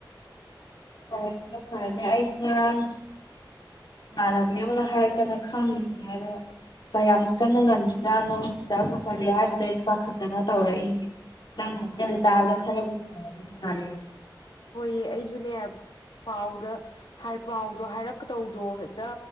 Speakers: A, on the left; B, on the left.
A: ꯐꯔꯦ ꯈꯅ ꯐꯔꯅꯦ ꯑꯩꯁꯨ ꯉꯔꯥꯡ ꯏꯃꯥꯟꯅꯕꯤ ꯑꯃꯅ ꯍꯥꯏꯔꯛꯇꯅ ꯈꯪꯉꯤꯅꯦ ꯑꯗꯣ ꯀꯌꯥꯝ ꯀꯟꯅ ꯉꯝꯗꯖꯥꯠꯅꯣꯗ ꯗꯣꯛꯇꯔ ꯄꯨꯈꯠꯂꯦ ꯍꯥꯏꯗꯨꯗ ꯑꯩꯁꯨ ꯄꯥꯈꯠꯇꯅ ꯇꯧꯔꯛꯏꯅꯦ ꯅꯪ ꯈꯣꯟꯖꯦꯜꯂ ꯇꯥꯕꯗ ꯈꯔꯕꯨ ꯐꯕ ꯃꯥꯜꯂꯦꯗ
B: ꯍꯣꯏꯌꯦ ꯑꯩꯁꯨꯅꯦ ꯄꯥꯎꯗ ꯄꯥꯎꯗꯣ ꯍꯥꯏꯔꯛꯀꯗꯧꯗꯣ ꯍꯦꯛꯇ